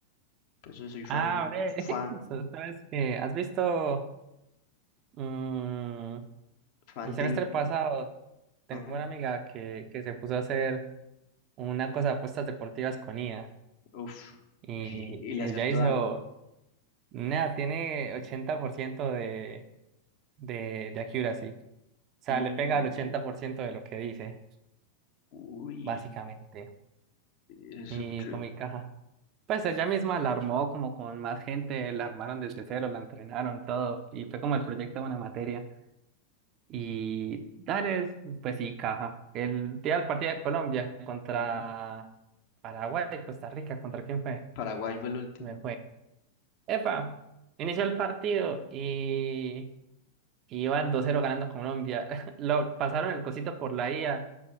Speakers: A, on the left (about 50°); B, on the right (about 35°).
A: Por eso soy fan,
B: Ah, hombre. <laughs>
A: fan,
B: sos- ¿Sabes que ¿Has visto? mm,
A: fan
B: el semestre
A: del...
B: pasado tengo
A: Ajá,
B: una amiga que, que se puso a hacer una cosa de apuestas deportivas con IA.
A: uf,
B: Y
A: <laughs> y, y le
B: ella
A: acertó
B: hizo.
A: algo.
B: Nada, tiene 80% de, de, de accuracy. O sea,
A: Y...
B: le pega al 80% de lo que dice,
A: Uy,
B: básicamente.
A: eso
B: Y
A: creo.
B: fue mi caja. Pues ella misma la armó como con más gente, la armaron desde cero, la entrenaron, todo. Y fue como el proyecto de una materia. Y dale, pues sí, caja. El día del partido de Colombia contra
A: Ujú.
B: Paraguay, Costa Rica, ¿contra quién fue?
A: Paraguay fue el último.
B: Me fue. Epa, inició el partido y, y iban dos cero ganando Colombia. <laughs> Lo pasaron el cosito por la IA